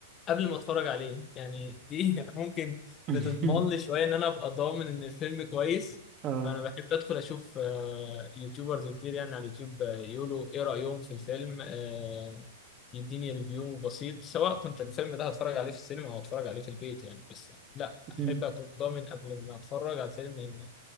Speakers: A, on the left; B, on the right.
A: قبل ما اتفرج عليه يعني دي <laughs> ممكن
B: <laughs>
A: بتضمن لي شويه ان انا ابقى ضامن ان الفيلم كويس
B: اه
A: فانا بحب ادخل اشوف آه، يوتيوبرز كتير يعني على اليوتيوب آه، يقولوا ايه رايهم في الفيلم آه، يديني ريفيو بسيط سواء كنت الفيلم ده هتفرج عليه في السينما او هتفرج عليه في البيت يعني بس لا احب
B: مم.
A: اكون ضامن قبل ما اتفرج على الفيلم ان